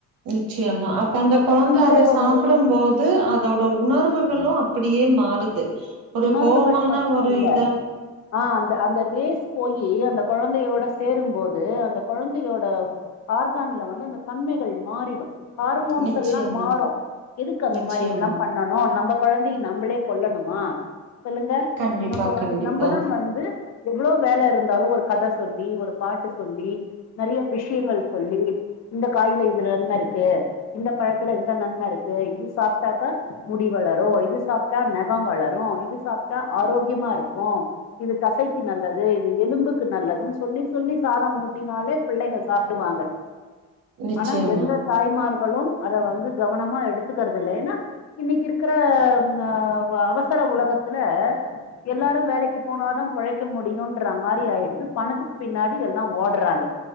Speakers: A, on the right; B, on the left.
A: நிச்சியமா அப்ப அந்த
B: நம்ம
A: கொழந்
B: நம்பளே
A: கொஞ்சோ அது
B: வந்து
A: சாப்படுபோது அதோட உணர்வுகளு அப்டியே மாறுது ஒரு
B: உணர்வுகள்
A: கோவமான
B: மட்டு
A: ஒரு
B: இல்ல
A: இதா
B: ஆ அந்த அந்த ரேஸ் போயி அந்த கொழந்தையோட சேரும்போது அந்த கொழந்தையோட ஆர்கான்ல வந்து அந்த தன்மைகள் மாறிடு ஹார்மோன்ஸல்லா
A: நிச்சயமா
B: மாறு எதுக்கு அந்த
A: நிச்சயமா
B: மாரி எல்லா பண் ணனும் நம்ப கொழந்தைய நம்மளே கொல்லணுமா சொல்லுங்க
A: கண்டிப்பா
B: நம்ம வந்
A: கண்டிப்பா
B: நம்மதா வந்து எவ்ளோ வேல இருந்தாலு ஒரு கத சொல்லி ஒரு பாட்டு சொல்லி நெறைய விஷயங்கள் சொல்லி இந்த காயில இது நன்ம இருக்கு இந்த பழத்துல இந்த நன்ம இருக்கு இது சாப்ட்டாக்கா முடி வளரு இது சாப்ட்டா நகம் வளரு இது சாப்ட்டா ஆரோக்கியமா இருக்கு இது தசைக்கு நல்லது இது எலும்புக்கு நல்லதுன்னு சொல்லி சொல்லி சாதம் ஊட்டினாலே பிள்ளைங்க சாப்டுகுவாங்க
A: நிச்சயமா
B: ஆனா எந்த தாய்மார்களும் அத வந்து கவனமா எடுத்துக்கறது இல்ல ஏன்னா இன்னைக்கு இருக்கிற ஆ அவசர உலகத்துல எல்லாரு வேலைக்கு போனாதா பொழைக்க முடியுன்ற மாரி ஆயிருது பணத்துக்கு பின்னாடி எல்லா ஓட்றாங்க